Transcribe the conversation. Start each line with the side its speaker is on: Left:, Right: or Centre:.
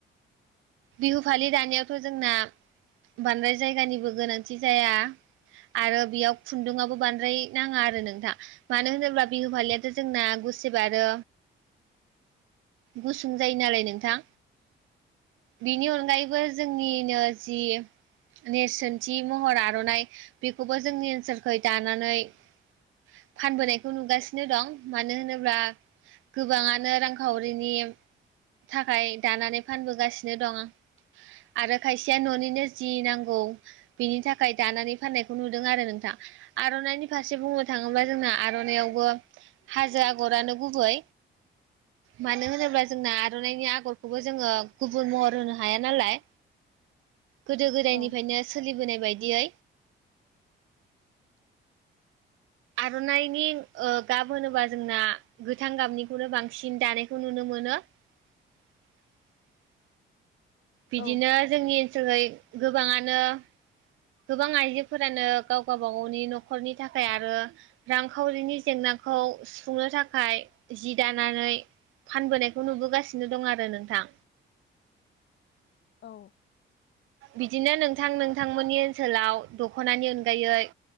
Right: बिहु फालि दानायावथ' जोंना बांद्राय जायगानिबो गोनांथि जाया आरो बेयाव खुन्दुआबो बांद्राय नाङा आरो नोंथां मानो होनोब्ला बिहु फालियाथ' जोंना गुसेब आरो गुसुं जायो नालाय नोंथां बिनि अनगायैबो जोंनिनो जि नेरसोनथि महर आर'नाइ बेखौबो जोंनि ओनसोलखै दानानै फानबोनायखौ नुगासिनो दं मानो होनोब्ला गोबाङानो रांखावरिनि थाखाय दानानै फानबोगासिनो दं आरो खायसेया न'निनो जि नांगौ बिनि थाखाय दानानै फाननायखौ नुदों आरो नों थां आर'नाइनि फारसे बुंनो थाङोबा जोंना आर'नायावबो हाजो आगरानो गुबै मानो होनोब्ला जोंना आर'नाइनि आगरखौबो जोङो गुबुन महर होनो हाया नालाय गोदो गोदायनिफ्रायनो
Left: औ
Right: सोलिबोनाय बाय दियै आर'नाइनि ओ गाब होनोबा जोंना गोथां गाबनिखौनो बांसिन दानायखौ नुनो मोनो <unintelligible> बिदिनो
Left: औ
Right: जोंनि ओनसोलखै गोबाङानो गोबां आइजोफोरानो गाव गावबा गावनि न'खरनि थाखाय आरो रांखावरिनि जेंना हाखौ सुफुंनो थाखाय जि दानानै फानबोनायखौ नुबोगासिनो दं आरो नोंथां।
Left: औ
Right: बिदिनो नोंथां नोंथांमोननि ओनसोलाव दख'नानि अनगायै